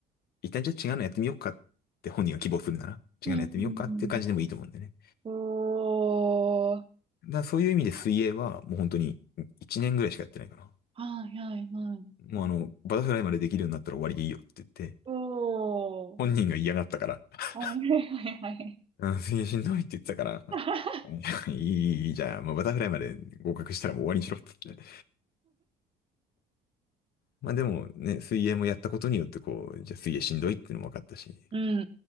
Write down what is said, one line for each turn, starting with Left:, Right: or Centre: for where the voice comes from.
Left: 一旦じゃあ違うのやってみようかって本人が希望するなら、
Right: ー、
Left: 違うのやってみようかっていう感じでもいいと思うんだよね。
Right: うん、うんうん。おー。
Left: だそういう意味で水泳はもう本当に1年ぐらいしかやってないかな。
Right: はいはいはい。
Left: もうあの、バタフライまでできるようになったら終わりでいいよって言って、
Right: おー。
Left: 本人が嫌がったから、<laughs>
Right: はいはいはいはい。
Left: うん、水泳しんどいって言ってたから、<laughs>
Right: <laughs>
Left: いやいい、いいじゃあ、もうバタフライまで合格したらもう終わりにしろって言って。まあでもね、水泳もやったことによってこう、じゃあ水泳しんどいっていうのも分かったし、
Right: うん